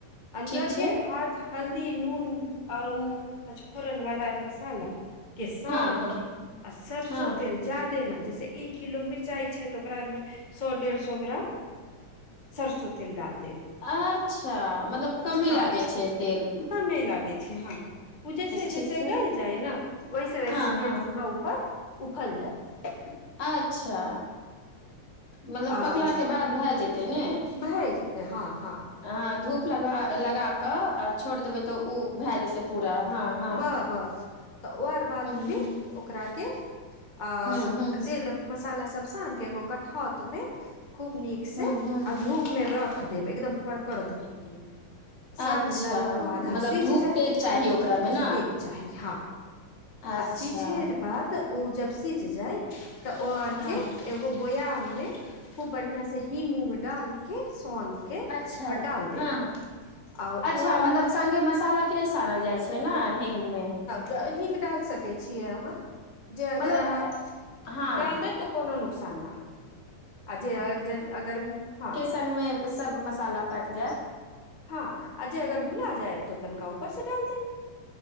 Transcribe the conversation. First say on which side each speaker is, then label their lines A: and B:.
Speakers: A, on the left (about 20°); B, on the left (about 50°).
A: आ
B: ठीक
A: लगे
B: छै
A: हाथ हल्दी नून आओर उ मचफोरन वाला मसाला के शन
B: हँ हँ
A: के आ सरसों
B: हँ
A: तेल के। जादे न जैसे एक किलो मिरचाइ छै तऽ ओकरा आर मे। सौ ढेरसो ग्राम सरसो तेल डाल देब।
B: अच्छा मतलब कमे
A: हँ
B: लागे छै तेल
A: कमे लागे छै हँ उ जैसे
B: ठीक
A: जैसे
B: छै
A: गल जाय न वैसे वैसे
B: हँ
A: तेल
B: हँ
A: पूरा ऊपर उफल जाइ
B: अच्छा मतलब
A: आर
B: पकला के बाद भए जेतै ने
A: भए जैतै हाॅं हाॅं।
B: आहाॅं धुप लगवा लगाक आ छोड़ देबै तऽ ऊ भैए जेतै पुरा हाॅं।
A: बाह बस तऽ ओआर बाद फिर
B: हूँ
A: ओ। ओकराके आओर
B: हूँ हूँ
A: तेल अप। मसाला सब सान के एगो कठौत मे खूब निक से
B: हूँ हूँ
A: आ धूप मे रख। देब एकदम कड़कड़ धूप मे साॅंझ
B: अच्छा
A: लेय उ
B: मतलब
A: तऽ आधा सिझ
B: धूप
A: जाए
B: तेज
A: त।
B: चाही ओकरा मे न।
A: तेक चाही हाॅं
B: अच्छा
A: आ सिझेर बाद। उ जब सिझ जाइ तऽ ओ आरके।
B: हँ
A: एगो बोयाम मे खूब बढ़ियाॅं से हिंग उंग डालके सोन। के
B: अच्छा
A: आ डाल देब
B: हाॅं
A: आ ओ
B: अच्छा
A: आर
B: मतलब
A: बाद
B: संगे मसाला। नय सानल जाइ छै न हिंग मे।
A: तऽ हिंग डाल सकै छियै आहाॅं जे अगर
B: मतलब
A: आहाॅं
B: हँ
A: डाल देब तो। कोनो नुकसान न होइ आ जे आ जे अगर हाॅं।
B: तन मे सब मसाला पाइक जाएत।
A: हाॅं आ जे अगर भुला जायब तऽ तनका ऊपर से डाल देब